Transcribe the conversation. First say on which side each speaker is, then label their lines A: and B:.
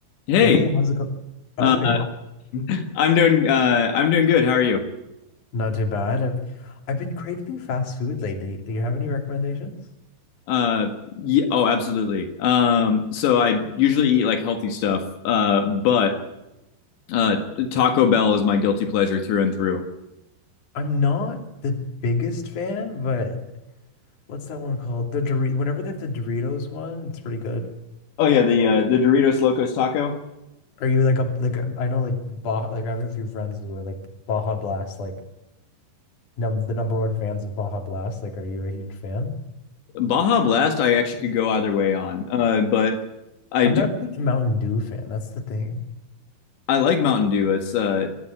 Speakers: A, on the left (about 80°); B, on the left (about 50°).
A: Hey,
B: Hey, how's it going? Okay,
A: uh, <laughs> I'm doing uh, I'm doing good. How are you?
B: not too bad. I've I've been craving fast food lately. Do you have any recommendations?
A: Uh, yeah, oh, absolutely. Um, so I usually eat like healthy stuff, uh, but uh, Taco Bell is my guilty pleasure through and through.
B: I'm not the biggest fan, but what's that one called? The Doritos. Whenever they have the Doritos one, it's pretty good.
A: Oh yeah, the uh, the Doritos Locos Taco.
B: Are you like a like I know like Baja like I have a few friends who are like Baja Blast like num the number one fans of Baja Blast. Like, are you a huge fan?
A: Baja Blast, I actually could go either way on, uh, but I
B: I'm
A: do
B: not a huge Mountain Dew fan. That's the thing.
A: I like Mountain Dew. It's uh,